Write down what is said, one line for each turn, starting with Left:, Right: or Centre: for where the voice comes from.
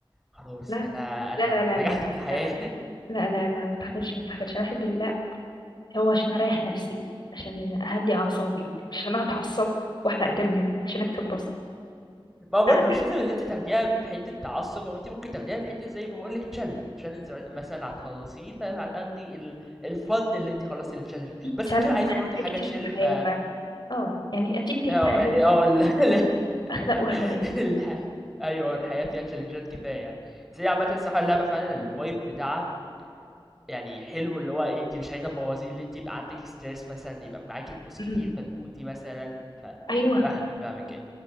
Centre: خلاص
Left: لا
Centre: أنا أنا
Left: لا لا
Centre: أنا
Left: لا
Centre: نجحت
Left: لا
Centre: في الحياة. <laughs>
Left: لا لا لا ما استحملش ما استحملش انا احب لا هو عشان اريح نفسي عشان اهدي اعصابي مش عشان اتعصب واحرق دمي عشان اكسب بس
Centre: ما هو برضه
Left: لا انا
Centre: مش لازم اللي أنتِ تاخديها بحتّة تعصُّب، هو أنتِ ممكن تاخديها بحتّة زي ما باقول لِك challenge، الchallenge م مثلًا هتخلّصيه فهتاخدي ال الfun اللي أنتِ خلّصتِ الchallenge،
Left: عندي
Centre: بس
Left: تشالنج
Centre: أنتِ لو عايزة
Left: في تحديات
Centre: برضه حاجة
Left: كتير في
Centre: chill
Left: الحياه
Centre: ف
Left: بقى اه يعني في كتير
Centre: آه،
Left: في تحديات
Centre: يعني
Left: في الحياه
Centre: آه ال <laughs>
Left: اخلق واحده
Centre: <laughs>
Left: ليه
Centre: الح... ايوه الحياه فيها تشالنجات كفايه يعني بس هي عامه الصراحه اللعبه فعلا الفايب بتاعها يعني حلو اللي هو ايه انت مش عايزه تبوظيه اللي انت يبقى عندك ستريس مثلا يبقى معاكي فلوس كتير
Left: امم
Centre: فتموتي مثلا ف...
Left: ايوه
Centre: فاهمك فاهمك